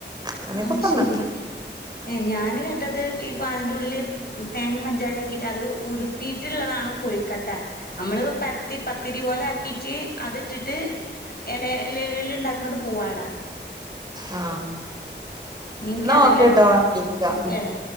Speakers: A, on the right; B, on the left.
A: അങ്ങനെയൊക്കെ
B: ആത്
A: പറഞ്ഞ്
B: ശരി ഏ ഞാന് കേട്ടത് ഇപ്പൊ അതിൻ്റേ ഉള്ളില് തേങ്ങിം പഞ്ചാരിം ആക്കിയിട്ട് അത് ഉരുട്ടി ഉരുട്ടിള്ളതാണ് കോഴിക്കട്ട നമ്മളി പരത്തി പത്തിരി പോലെ ആക്കിട്ട് അതിട്ടിട്ട് ഇല എലേല് ഉണ്ടാക്ക്ണത് പൂവാടാ
A: ആ
B: എനിക്കറിയില്ലട്ടോ
A: എന്നാ ഓ കേട്ടോ ഞാൻ വിളിക്ക
B: ഓക്കേടാ